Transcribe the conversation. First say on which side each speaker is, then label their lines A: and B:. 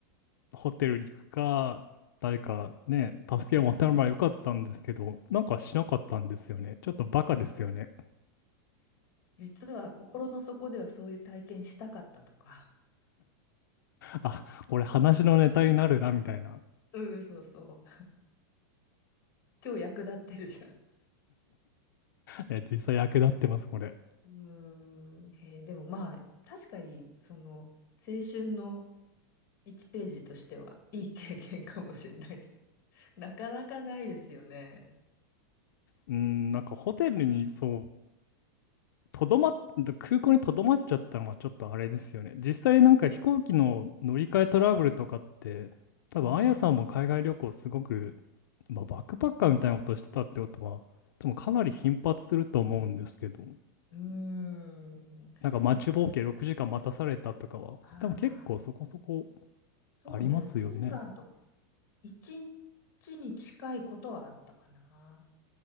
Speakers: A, on the left; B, on the left.
A: あホテルに行くか誰かね助けを求めればよかったんですけどなんかしなかったんですよねちょっとバカですよね
B: うん。実は心の底ではそういう体験したかったとか。
A: あこれ話のネタになるなみたいな
B: うん、そうそう。今日役立ってるじゃん。
A: いや、実際役立ってます、これ。
B: うん。へえでもまあ、確かに、その、青春の1ページとしては、いい経験かもしれないね。<laughs> なかなかないですよね。
A: うん、なんかホテルに、
B: うん。
A: そう、とどまっ、空港にとどまっちゃったのはちょっとあれですよね。実際なんか飛行機の乗り換えトラブルとかって、多分あやさんも海外旅行すごく、
B: うん。
A: まあ、バックパッカーみたいなことしてたってことは、多分かなり頻発すると思うんですけど、
B: うん。
A: なんか待ちぼうけ6時間待たされたとかは、
B: あ
A: 多分結構そこそこ
B: あ、そうね、
A: ありますよね。
B: 6時間とか、1日にちに近いことはあったかな。